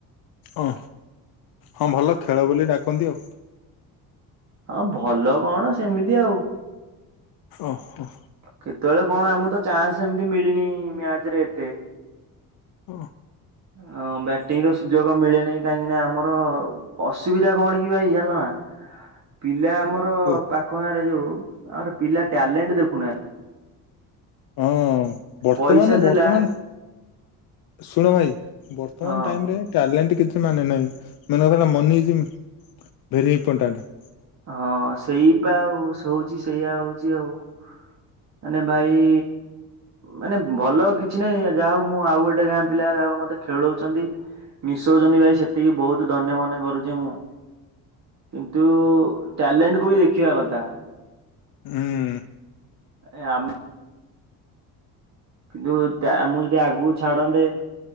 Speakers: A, on the left; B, on the right.
A: ଓ ହଁ ଭଲ ଖେଳ ବୋଲି ଡାକନ୍ତି ଆଉ
B: ହଁ ଭଲ କଣ ସେମିତି ଆଉ।
A: ଓ ହୋ।
B: କେତେବେଳେ କଣ ଆମକୁ ତ ଚାନ୍ସ ଏମିତି ମିଳିନି ମ୍ୟାଚ ରେ ଏତେ।
A: ଓ
B: ହଁ ବ୍ୟାଟିଂ ର ସୁଯୋଗ ମିଳେନାହିଁ କାହିଁକି ନା ଆମର ଅସୁବିଧା କଣ କି ଭାଇ ଜାଣିଲନା? ପିଲା ଆମର
A: କୁହ
B: ପାଖ ଗାଁ ରେ ଯୋଉ ଆମର ପିଲା ଟ୍ୟାଲେଣ୍ଟ ଦେଖୁନାହାନ୍ତି।
A: ହଁ। ବର୍ତ୍ତମାନେ
B: ପଇସା ଦେଲା
A: ବର୍ତ୍ତମାନେ ଶୁଣ ଭାଇ ବର୍ତ୍ତମାନ
B: ହଁ
A: ଟାଇମ୍ ରେ ଟ୍ୟାଲେଣ୍ଟ କିଛି ମାନେ ନାହିଁ ମେନେକର ମନି ଇଜ୍ ଭେରି ଇମ୍ପୋର୍ଟାଣ୍ଟ।
B: ହଁ ସେଇପା ଆଉ ଶୁଣୁଚି ସେଇଆ ହଉଛି ଆଉ। ମାନେ ଭାଇ ମାନେ ଭଲ କିଛି ନାହିଁ ଯାହା ହଉ ମୁଁ ଆଉ ଗୋଟେ ଗାଁ ପିଲା ଯାହା ମତେ ଖେଳଉଚନ୍ତି ମିଶଉଚନ୍ତି ଭାଇ ସେତିକି ବହୁତ୍ ଧନ୍ୟ ମନେ କରୁଛି ମୁଁ। କିନ୍ତୁ ଟ୍ୟାଲେଣ୍ଟ୍ କୁ ବି ଦେଖିବା କଥା।
A: ଉଁ।
B: ଭାଇ ଆମେ କିନ୍ତୁ ଟା ମୁଁ ଯଦି ଆଗକୁ ଛାଡନ୍ତେ